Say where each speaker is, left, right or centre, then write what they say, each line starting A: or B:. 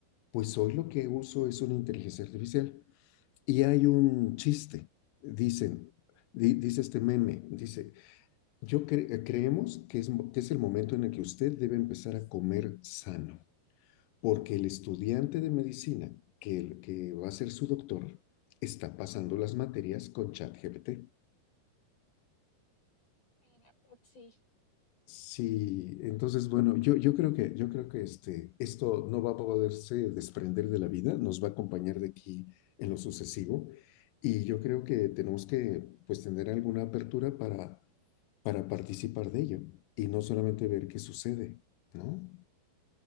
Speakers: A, on the left (about 85°); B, on the left (about 50°).
A: pues hoy lo que uso es una inteligencia artificial. Y hay un chiste, dicen, di- dice este meme, dice, yo cre- creemos que es, que es el momento en el que usted debe empezar a comer sano, porque el estudiante de medicina que, el- que va a ser su doctor está pasando las materias con ChatGPT.
B: Sí, la verdad. Ah, Sí,
A: Sí, entonces, bueno, yo, yo creo que, yo creo que este, esto no va a poderse desprender de la vida, nos va a acompañar de aquí en lo sucesivo y yo creo que tenemos que pues tener alguna apertura para, para participar de ello y no solamente ver qué sucede, ¿no?